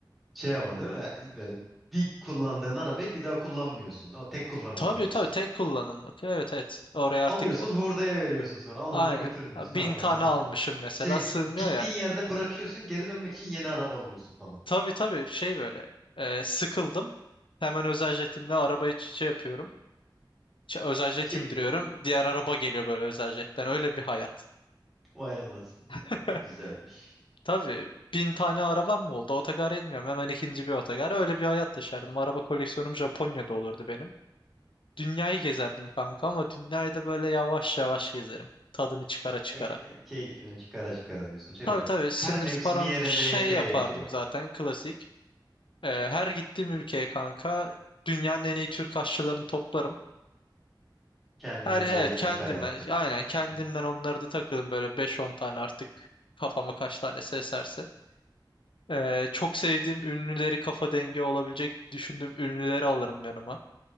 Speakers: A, in the centre; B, on the left (about 80°).
A: Şey ama değil mi? Böyle bir kullandığın arabayı bir daha kullanmıyorsun. O tek kullanımlık
B: Tabii
A: hepsi.
B: tabii tek kullanımlık. Evet evet. Oraya
A: Alıyorsun
B: artık
A: hurdaya veriyorsun sonra. Alın
B: aynen.
A: bunu götürün diyorsun.
B: Ya, bin
A: Ne yaparsanız
B: tane almışım
A: yapın.
B: mesela
A: Şey
B: sığmıyor
A: gittiğin
B: ya.
A: yerde bırakıyorsun. Geri dönmek için yeni araba alıyorsun falan.
B: Tabii tabii şey böyle e, sıkıldım. Hemen özel jetimle arabayı şey yapıyorum. Ç- Özel jet
A: Çek
B: indiriyorum. Diğer araba geliyor böyle özel jetten. Öyle bir hayat.
A: vay anasını ya.
B: <laughs>
A: Ne güzelmiş.
B: Tabii bin tane arabam mı oldu? Otogar etmiyorum. Hemen ikinci bir otogar. Öyle bir hayat yaşardım. Araba koleksiyonum Japonya'da olurdu benim. Dünyayı gezerdim kanka ama dünyayı da böyle yavaş yavaş gezerim. Tadını çıkara çıkara.
A: Ay, ke- keyfini çıkara çıkara diyorsun. Şey
B: Tabii
A: böyle
B: tabii sınır
A: her mevsimi
B: param
A: yerinde
B: şey
A: yaşaya
B: yapardım
A: yaşaya.
B: zaten klasik. Ee, her gittiğim ülkeye kanka dünyanın en iyi Türk aşçılarını toplarım.
A: Kendine
B: Her
A: özel
B: evet
A: yemekler
B: kendimden
A: yaptırıyorsun
B: aynen kendimden
A: böyle.
B: onları da takılın böyle beş on tane artık kafama kaç tanesi eserse. Ee, çok sevdiğim ünlüleri kafa dengi olabilecek düşündüğüm ünlüleri alırım yanıma.